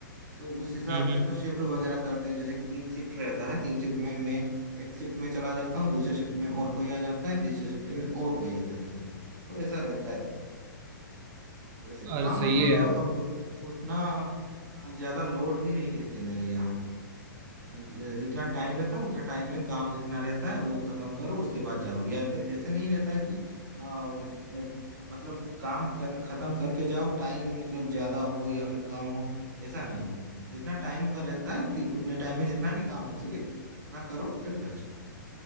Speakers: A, on the right; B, on the right.
A: तो उस हिसाब
B: हम्म
A: से
B: हम्म
A: तो शिफ्ट वगैरह करते हैं जैसे कि तीन शिफ्ट रहता है तीन शिफ्ट में मैं एक शिफ्ट में चला जाता हूँ दूसरे शिफ्ट में और कोई आ जाता है तीसरे शिफ्ट में और कोई आ जाता है तो ऐसा रहता है वैसे
B: और
A: काम
B: सही
A: मतलब
B: है यार
A: अ, उत, उतना अ, ज्यादा लोड भी नहीं देते मेरे यहाँ ज- जितना टाइम रहता है उतना टाइम में काम जितना रहता है वो खत्म करो उसके बाद जाओ या फिर ऐसे नहीं रहता है कि आ, ए- मतलब काम कर खत्म करके जाओ टाइम मतलब ज्यादा हो या फिर कम हो ऐसा नहीं है जितना टाइम का रहता है उति, उतने टाइम में जितना भी काम हो सके उतना करो फिर घर जाओ